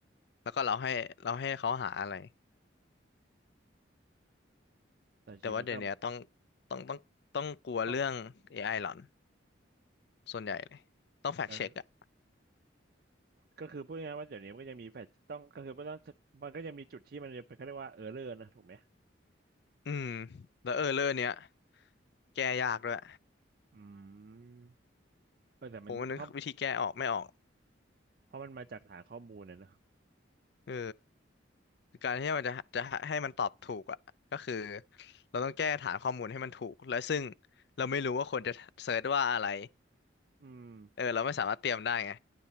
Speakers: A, on the left (about 55°); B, on the right (about 50°).
A: แล้วก็เราให้เราให้เขาหาอะไร
B: แต่จริงมันก็
A: แต่ว่าเดี๋ยวเนี้ยต้องต้องต้องต้องกลัวเรื่อง
B: ต้อง
A: AI หลอนส่วนใหญ่เลยต้องแฟกเช็คอะ
B: นะก็คือพูดง่ายๆว่าเดี๋ยวนี้มันก็จะมีแฟลชต้องก็คือมันต้องมันก็จะมีจุดที่มันจะเป็นเขาเรียกว่าเออร์เรอร์นะถูกไหม
A: อืมแล้วเออเรื่องเนี้ยแก้ยากด้วย
B: อืมเออแต่มันเพราะ
A: ผมว่านึกวิธีแก้ออกไม่ออก
B: เพราะมันมาจากฐานข้อมูลนะเนอะ
A: เออคือการที่มันจะจะให้มันตอบถูกอะก็คือเราต้องแก้ฐานข้อมูลให้มันถูกและซึ่งเราไม่รู้ว่าคนจะเซิร์ชว่าอะไร
B: อืม
A: เออเราไม่สามารถเตรียมได้ไง